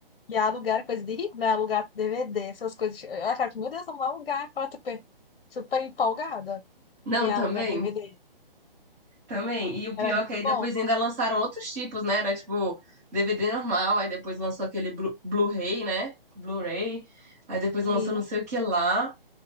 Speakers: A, on the left; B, on the right.
A: e alugar coisa de rico, né? Alugar DVD, essas coisas. Eu achava que, meu Deus, vamos alugar. Eu tava super, super empolgada
B: Não,
A: em alugar
B: também.
A: DVD.
B: Também. E o
A: Era
B: pior
A: muito
B: é que aí
A: bom.
B: depois ainda lançaram outros tipos, né? Era tipo DVD normal, aí depois lançou aquele Blu- Blu-ray, né? Blu-ray. Aí depois
A: Sim,
B: lançou não sei o que lá.